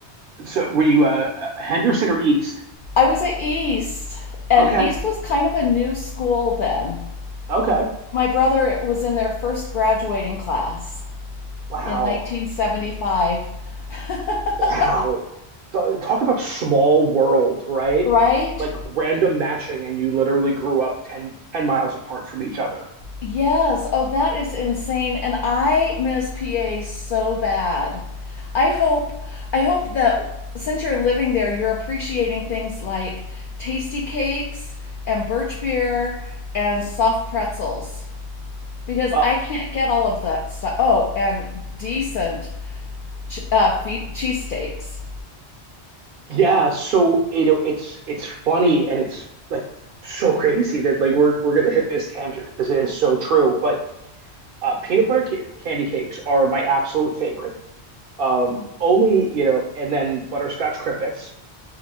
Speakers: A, on the right; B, on the left.
A: So were you uh, uh, Henderson or East?
B: I was at East, and
A: Okay.
B: East was kind of a new school then.
A: Okay.
B: My brother was in their first graduating class
A: Wow.
B: in 1975. <laughs>
A: Wow. Th- Talk about small world, right?
B: Right?
A: Like random matching, and you literally grew up ten ten miles apart from each other.
B: Yes. Oh, that is insane. And I miss PA so bad. I hope I hope that since you're living there, you're appreciating things like tasty cakes and birch beer and soft pretzels because
A: Uh,
B: I can't get all of that stuff. Oh, and decent ch- uh, fe- cheesesteaks.
A: yeah, so it, it's it's funny and it's like so crazy that like we're we're gonna hit this tangent because it is so true. But uh, peanut butter ca candy cakes are my absolute favorite. Um, only you know, and then butterscotch crimpets.